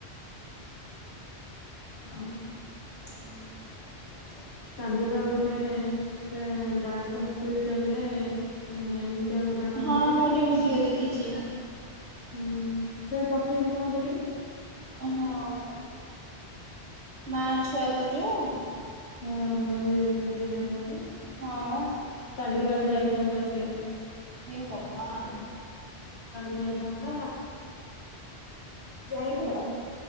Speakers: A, on the left; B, on the right.
A: ଆଉ କଣ?
B: <unintelligible>
A: ତାଲିକା ଗୋଟେ ସେ ଦାସ ହସ୍ପିଟାଲ ରେ ଏ ଏମିତିଆ ଘଟଣା
B: ହଁ
A: ଘଟିଛି
B: ମୁଁ
A: ଜାଣିଚୁ?
B: ଗୋଟେ ଭିଡିଓ ଦେଖିଛି
A: ହୁଁ ସେ ପଠେଇବୁ ତ ମତେ ଟିକେ।
B: ହଁମ ମା ଛୁଆ ତ ଯୋଉ
A: ହଁ ମରିଯାଇଚନ୍ତି ଦ ଜଣ ଯାକ।
B: ହଁ
A: କାଲି କାଳେ ଯାଇଥାନ୍ତା ସିଏ।
B: ଏ ଭଗବାନ।
A: କାଲି ଯାଇଥାନ୍ତା। ଯାଇଥିଲା